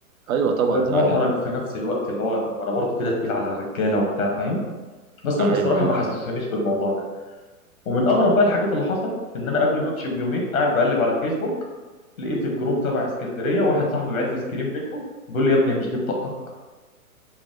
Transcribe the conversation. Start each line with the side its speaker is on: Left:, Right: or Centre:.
Right: ايوه
Left: ومحرج
Right: طبعا زعلان
Left: في نفس الوقت اللي هو طب ما أنا برضه كده تقيل على الرجالة وبتاع فاهم بس
Right: ايوه
Left: هم الصراحة
Right: ايوه
Left: ما حسسونيش
Right: فاهم
Left: بالموضوع ده ومن أغرب بقى الحاجات اللي حصل إن أنا قبل ما أمشي بيومين قاعد بقلب على فيسبوك لقيت الجروب تبع اسكندرية واحد صاحبي بعت لي سكرين منه بيقول لي يا ابني هي مش دي بطاقتك